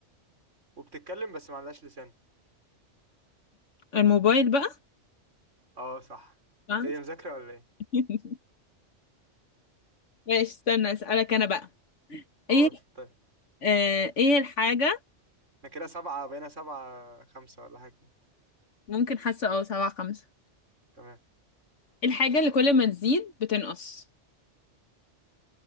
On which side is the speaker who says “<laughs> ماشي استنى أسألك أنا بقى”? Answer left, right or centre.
Left